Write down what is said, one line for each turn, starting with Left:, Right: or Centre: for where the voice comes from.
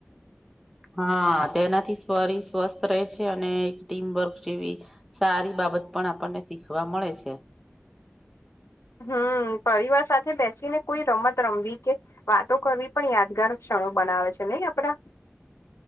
Centre: હા તેનાથી શરીર સ્વસ્થ રહે છે અને એક ટીમવર્ક જેવી સારી બાબત પણ આપણને શીખવા મળે છે.
Left: હમ પરિવાર સાથે બેસીને કોઈ રમત રમવી કે વાતો કરવી પણ યાદગાર ક્ષણો બનાવે છે નહી આપડા